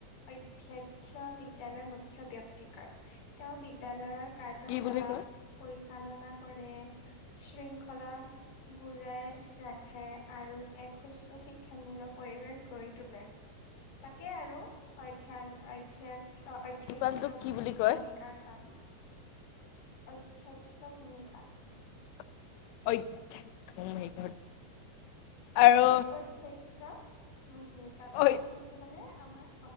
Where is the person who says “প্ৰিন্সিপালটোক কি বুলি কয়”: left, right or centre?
Left